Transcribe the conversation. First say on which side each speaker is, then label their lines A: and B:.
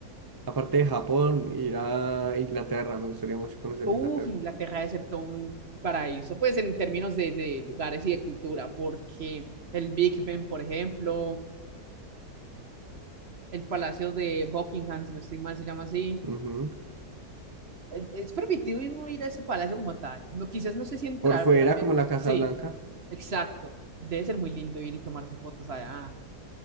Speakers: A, on the right; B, on the right.
A: Aparte de Japón, ir a Inglaterra, me gustaría mucho conocer
B: Uf,
A: Inglaterra.
B: Inglaterra debe ser todo un paraíso, pues en términos de, de lugares y de cultura, porque el Big Ben, por ejemplo, el Palacio de Buckingham, si no estoy mal, se llama así.
A: Ujú.
B: Eh, Es permitido ir, no ir a ese palacio como tal. No, quizás no sé si entrar,
A: Por fuera,
B: pero al menos
A: como la Casa
B: sí,
A: Blanca,
B: exacto. Debe ser muy lindo ir y tomarse fotos allá.